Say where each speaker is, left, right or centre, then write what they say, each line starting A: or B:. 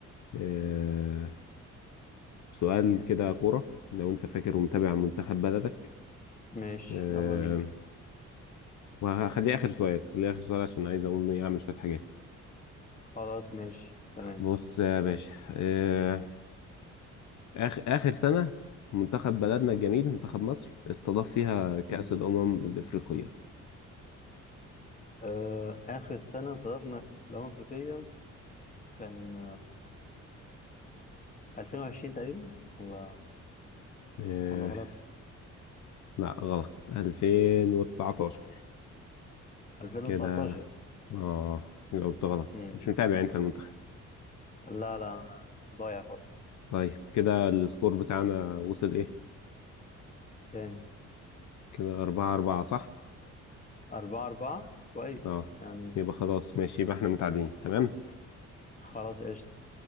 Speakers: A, on the left; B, on the left.
A: آه، سؤال كده كورة لو أنت فاكر ومتابع منتخب بلدك
B: ماشي
A: آه،
B: يلا بينا
A: وهخليه آخر سؤال خليه آخر سؤال عشان عايز أقوم إيه أعمل شوية حاجات
B: خلاص ماشي تمام
A: بص يا باشا آه، آخر آخر سنة منتخب بلدنا الجميل منتخب مصر استضاف فيها كأس
B: م.
A: الأمم الإفريقية
B: آه اخر سنه صرفنا في الامم الافريقيه كان 2020 تقريبا ولا
A: آه،
B: ولا غلط
A: لا غلط 2019
B: 2019
A: كده اه جاوبت غلط
B: امم
A: مش متابع انت المنتخب
B: لا لا أنا ضايع خالص
A: طيب كده السكور بتاعنا وصل ايه
B: كام
A: كده أربعة أربعة صح
B: 4 4 كويس
A: اه
B: يعني
A: يبقى خلاص ماشي يبقى احنا متعادلين تمام
B: خلاص قشطة